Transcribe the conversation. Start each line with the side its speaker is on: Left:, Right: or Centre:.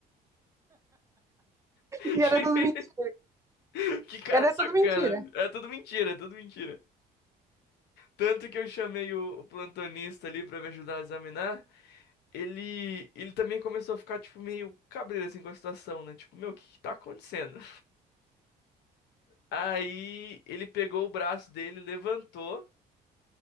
Left: <laughs>
Right: E era tudo mentira.
Left: Que cara
Right: Era
Left: sacana.
Right: tudo mentira.
Left: É tudo mentira, é tudo mentira. Tanto que eu chamei o, o plantonista ali pra me ajudar a examinar. Ele, ele também começou a ficar, tipo, meio cabreiro, assim, com a situação, né? Tipo, meu, o que que tá acontecendo? Aí ele pegou o braço dele, levantou.